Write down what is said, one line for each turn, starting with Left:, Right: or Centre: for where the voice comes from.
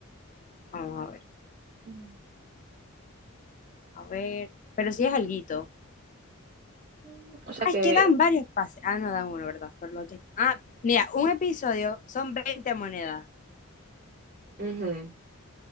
Left: Vamos a ver.
Right: Mm.
Left: A ver, pero sí es alguito.
Right: Mm, O sea
Left: Ah,
Right: que,
Left: es que dan varios pases. Ah, no dan uno, ¿verdad? Pero los otros. Ah, mira, un episodio son 20 monedas.
Right: ujú.